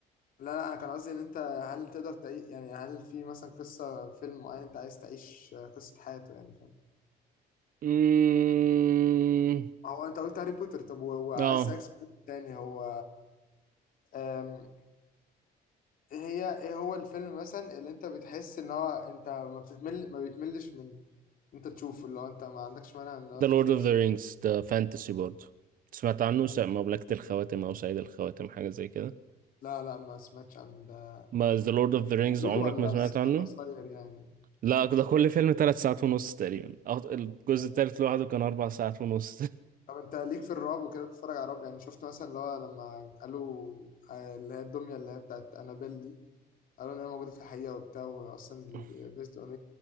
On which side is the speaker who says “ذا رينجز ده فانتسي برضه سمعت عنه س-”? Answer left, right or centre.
Right